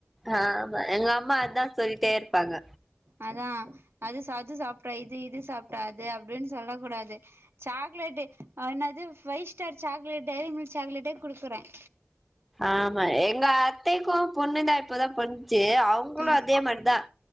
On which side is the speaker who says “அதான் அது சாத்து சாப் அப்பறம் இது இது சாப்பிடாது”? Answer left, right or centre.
Right